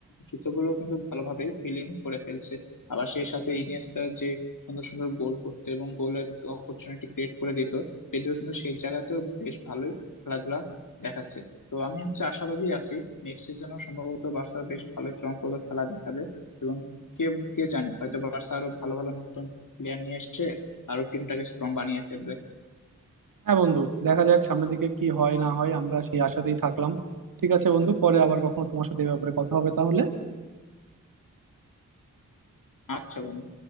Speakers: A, on the left; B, on the right.
A: জুতোগুলো কিন্তু ভালোভাবে ফিল ইন করে ফেলছে আবার সেই সাথে ইনিয়েস্তা যে সুন্দর সুন্দর গোল করতে এবং গোলের অপরচুনিটি ক্রিয়েট করে দিত পেড্রো কিন্তু সেই জায়গাতেও বেশ ভালোই খেলাধুলা দেখাচ্ছে তো আমি হচ্ছে আশাবাদী আছি নেক্সট সিজনও সম্ভবত বার্সা বেশ ভালো চমকপ্রদ খেলা দেখাবে এবং কে কে জানে হয়তো বার্সা আরো ভালো ভালো নতুন প্লেয়ার নিয়ে এসছে আরো টিমটাকে স্ট্রং বানিয়ে ফেলবে
B: হ্যাঁ বন্ধু দেখা যাক সামনের দিকে কি হয় না হয় আমরা সেই আশাতেই থাকলাম ঠিক আছে বন্ধু পরে আবার কখনো তোমার সাথে এই ব্যাপারে কথা হবে তাহলে
A: আচ্ছা বন্ধু